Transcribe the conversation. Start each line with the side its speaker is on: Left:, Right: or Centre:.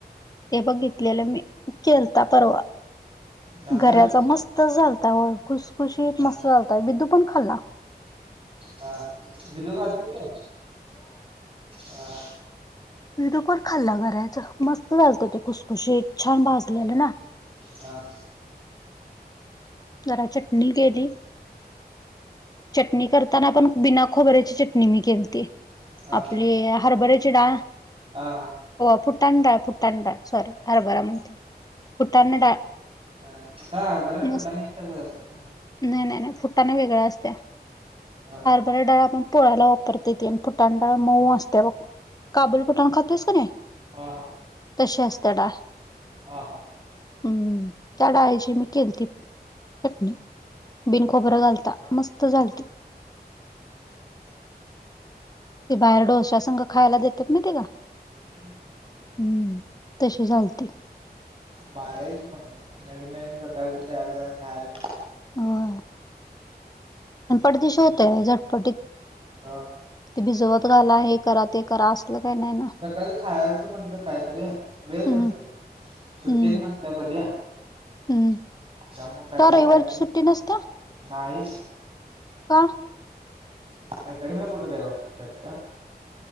Left: ते बघितल्यालं मी केलता परवा
Right: चांगला
Left: गऱ्याचा
Right: आलता का?
Left: म मस्त झालता वं खुसखुशीत
Right: हा
Left: मस्त चालतय बिदू पण खाल्ला.
Right: हा विदो खातो त्यो? हा
Left: विदु‌ पण खाल्ला घरायच मस्त झालतं ते खुसखुशीत छान भाजलेलं ना
Right: हं
Left: जरा चटणी केली चटणी करताना पण बिना खोबऱ्याची चटणी मी केलती.
Right: हा
Left: आपली हरभऱ्याची डाळ
Right: हा हा
Left: हो फुटाण डाळ फुटाण डाळ सॉरी हरभरा म्हणते. फुटाणा डाळ
Right: हा हरबरा
Left: मस्त
Right: फुटाणे एकच असते ना
Left: नाही नाही नाही फुट्टाना वेगळ्या असतया.
Right: हा
Left: बर डाळ आपण पोळायाला वापरते ती आणि फुटाण डाळ मऊ असते बघ काबूल फूटाण खातोयस का नाही?
Right: हा हा
Left: तशी असते डाळ.
Right: हा हा
Left: हम्म त्या डाळीची मी केलती चटणी, बिन खोबरं घालता, मस्त झालती. ते बाहेर डोस्या संग खायला देतात माहितीये का?
Right: <unintelligible>
Left: हम्म तशी झालती.
Right: बारा आहे कि मग नवीन नवीन प्रकारच तयार करा खायला
Left: होय आणि पट दी शी होतय झटपटीत.
Right: हं
Left: ते भिजवत घाला हे करा ते करा असल काही नाही ना?
Right: सकाळच खायचं म्हणलं कायतरी वेळ
Left: हम्म
Right: नसतोय. सुट्टीक
Left: हम्म
Right: नसत्या बध्या.
Left: हम्म
Right: ज मग कायत
Left: का
Right: तयार
Left: रविवारची सुट्टी नसत्या
Right: नाहीस.
Left: का?
Right: आणि कडमेळ कुठं रे वार सुट्या असत्या?